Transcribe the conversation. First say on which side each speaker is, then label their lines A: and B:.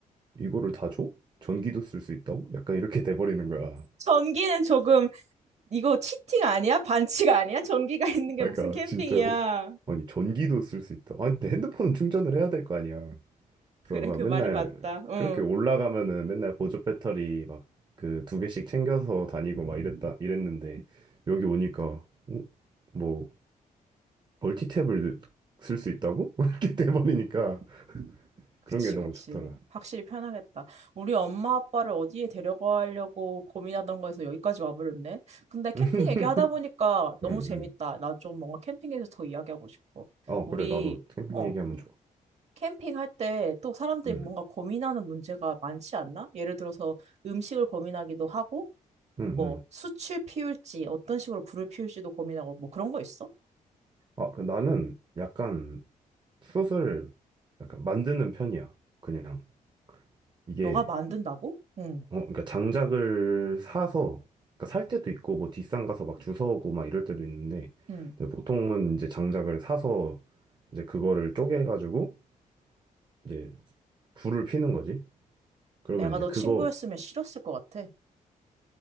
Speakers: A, on the right; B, on the right.
A: 이거를 다 줘? 전기도 쓸 수 있다고? 약간 이렇게 <laughs> 돼버리는 거야.
B: 전기는 조금 이거 치팅 아니야? 반칙 아니야? 전기가 <laughs> 있는 게
A: 아,
B: 무슨
A: 그러니까
B: 캠핑이야?
A: 진짜 아니 전기도 쓸 수 있다. 아니 근데 핸드폰은 충전을 해야 될 거 아니야.
B: 그래
A: 그래서 막
B: 그
A: 맨날
B: 말이 맞다. 응.
A: 그렇게 올라가면은 맨날 보조 배터리 막 그 두 개씩 챙겨서 다니고 막 이랬다 이랬는데 여기 오니까 어? 뭐 멀티탭을 쓸 수 있다고? <laughs> 이렇게 돼버리니까
B: 그치
A: 그런 게 너무
B: 그치.
A: 좋더라.
B: 확실히 편하겠다. 우리 엄마 아빠를 어디에 데려가려고 고민하던 거에서 여기까지 와버렸네. 근데 캠핑
A: <laughs>
B: 얘기하다 보니까 너무
A: 음, 음.
B: 재밌다. 나 좀 뭔가 캠핑에서 더 이야기하고 싶어.
A: 어,
B: 우리
A: 그래. 나도 캠핑
B: 어
A: 얘기하면 좋아.
B: 캠핑할 때 또 사람들이
A: 음,
B: 뭔가 고민하는 문제가 많지 않나? 예를 들어서 음식을 고민하기도 하고.
A: 음,
B: 뭐
A: 음.
B: 숯을 피울지 어떤 식으로 불을 피울지도 고민하고 뭐 그런 거 있어?
A: 아, 그 나는 약간 숏을 약간 만드는 편이야. 그냥 이게
B: 너가 만든다고? 응,
A: 어 그러니까 장작을 사서 그러니까 살 때도 있고 뭐 뒷산 가서 막 주워오고 막 이럴 때도 있는데
B: 응.
A: 근데 보통은 이제 장작을 사서 이제 그거를 쪼개가지고 이제 불을 피는 거지. 그러면
B: 내가
A: 이제
B: 너
A: 그거
B: 친구였으면 싫었을 것 같아.